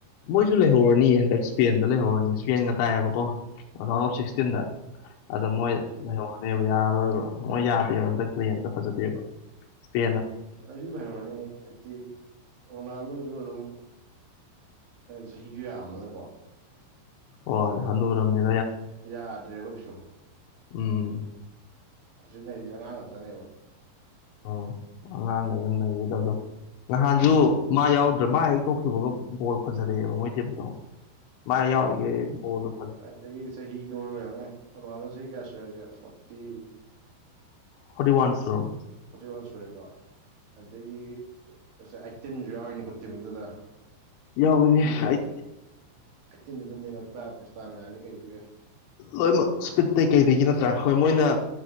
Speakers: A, on the left; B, on the right.
A: ꯃꯣꯏꯁꯨ ꯂꯩꯍꯧꯔꯅꯤ ꯍꯟꯗꯛ ꯏꯁꯄꯦꯟꯗ ꯂꯩꯍꯧꯔꯅꯤ ꯏꯁꯄꯦꯟꯒ ꯇꯥꯏꯑꯕꯀꯣ ꯔꯥꯎꯟ ꯑꯣꯐ
B: ꯎꯝ
A: ꯁꯤꯛꯁꯇꯤꯟꯗ ꯑꯗꯣ ꯃꯣꯏ
B: ꯎꯝ
A: ꯂꯩꯍꯧ ꯅꯕ ꯌꯥꯔꯣꯏꯕ ꯃꯣꯏ ꯌꯥꯗꯦꯕ ꯍꯟꯗꯛ ꯄ꯭ꯂꯦ ꯑꯇ ꯐꯖꯗꯦꯕ ꯏꯁꯄꯦ
B: ꯂꯁꯨ ꯂꯩꯍꯧꯔꯅꯤ ꯑꯛꯇꯤ ꯔꯣꯅꯥꯜꯗꯣꯁꯨ ꯑꯗꯨꯝ ꯆꯍꯤꯁꯨ ꯌꯥꯝꯕꯅꯀꯣ
A: ꯍꫭꯜ ꯍꯅꯨꯔꯝꯅꯦ
B: ꯌꯥꯗ꯭ꯔꯦꯕ ꯀꯩꯁꯨ
A: ꯎꯝ
B: ꯍꯧꯖꯤꯛ ꯂꯩꯔꯤꯁꯦ ꯑꯉꯥꯡ ꯉꯥꯛꯇꯅꯦꯕ
A: ꯎꯝ ꯑꯉꯥꯡꯉ ꯒꯩꯅ ꯅꯩ <unintelligible> ꯒꯗꯕꯗꯣ ꯅꯍꯥꯟꯁꯨ ꯃꯥ ꯌꯥꯎꯗ꯭ꯔ ꯃꯥ ꯍꯦꯛ ꯇꯣꯛꯕꯒ ꯕꯣꯜ ꯐꯖꯔꯛꯑꯦꯕ ꯃꯣꯏ ꯇꯦ ꯃꯥ ꯌꯥꯎꯔꯤꯒꯦꯣꯜꯗ
B: ꯈꯋꯥꯏꯗꯒꯤ ꯆꯍꯤꯗꯣ ꯑꯣꯏꯔꯣꯅꯦ ꯑꯗꯨꯃꯥꯟꯗ ꯆꯍꯤ ꯀꯌꯥ ꯁꯨꯔꯁꯦ ꯐꯣꯔꯇꯤ
A: ꯐꫭꯔꯇꯤ ꯋꯥꯟ ꯇꯔꯜ
B: ꯐꯣꯔꯇꯤ ꯋꯥꯟ ꯁꯨꯔꯦꯀꯣ ꯑꯗꯨꯗꯒꯤ ꯑꯁ‌ꯦ ꯑꯥꯏꯠꯇꯤꯟꯁꯨ ꯌꯥꯎꯔꯤꯅꯤꯀꯣ ꯇꯤꯝꯗꯨꯗ
A: ꯌꯥꯎꯏꯅꯦ
B: ꯑꯩꯠꯇꯤꯟꯗꯨ
A: ꯑꯩ
B: ꯑꯩꯠꯇꯤꯟꯗ ꯑꯗꯨꯝ ꯂꯦꯡꯉꯛꯇꯥꯕ ꯏꯁꯇꯥꯃꯤꯅꯗꯩ ꯀꯩꯗꯤ ꯑꯣꯏ <unintelligible>
A: ꯂꯣꯏꯅꯃꯛ ꯏꯁꯄꯤꯠꯇꯇꯩ ꯀꯩꯒꯤ ꯅꯠꯇ꯭ꯔꯥ ꯍꯣꯏ ꯃꯣꯏꯅ